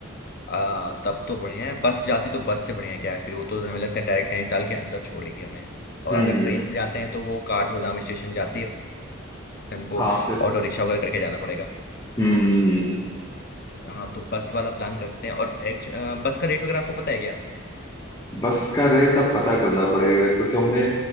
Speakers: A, on the left; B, on the left.
A: आ, तब तो बढ़िया है बस जाती तो बस से बढ़िया है, क्या है फिर वो तो हमें लगता है डायरेक्ट नैनीताल के अंदर छोड़ेगी हमें और
B: हम्म
A: अगर
B: हम्म,
A: ट्रेन से जाते हैं तो वो काठगोदाम स्टेशन जाती है हमको
B: हाँ फिर
A: ऑटो रिक्शा वगैरह करके जाना पड़ेगा
B: हम्म हम्म, हम्म।
A: हाँ तो बस वाला प्लान करते हैं और एक, अ, बस का रेट वगैरह आपको पता है क्या
B: बस का रेट अब पता करना पड़ेगा क्योंकि हमने